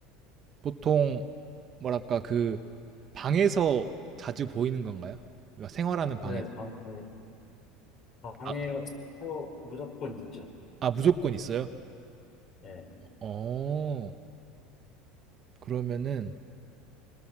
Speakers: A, on the right; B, on the left.
A: 보통 뭐랄까 그 방에서 자주 보이는 건가요? 우리가 생활하는
B: 네,
A: 방에서.
B: 방에, 방에
A: 아,
B: 어, 무조건 있죠.
A: 아, 무조건 있어요?
B: 예,
A: 어, 그러면은